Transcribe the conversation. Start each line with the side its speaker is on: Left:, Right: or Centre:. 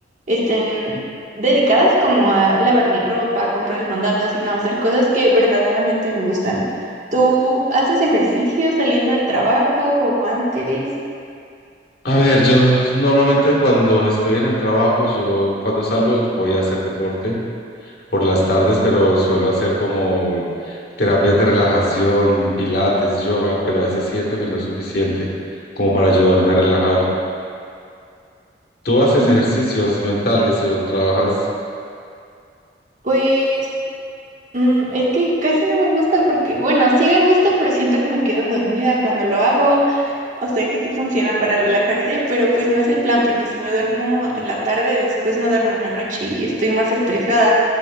Right: estén dedicadas como a lavar mi ropa, comprar el mandado, sino hacer cosas que verdaderamente me gustan. ¿Tú haces ejercicio saliendo del trabajo o antes?
Left: A ver, yo normalmente cuando estoy en el trabajo, yo cuando salgo voy a hacer deporte. por las tardes, pero suelo hacer como terapias de relajación, pilates, yoga, pero a veces siento que no es suficiente como para ayudarme a relajar. ¿Tú haces
Right: Mm,
Left: ejercicios mentales o trabajas?
Right: Pues mm, es que casi no me gusta porque, bueno, sí me gusta, pero siento que me quedo dormida cuando lo hago. O sea que sí funciona para relajarse, pero pues no es el plan, porque si me duermo en la tarde, después no duermo en la noche y estoy más estresada.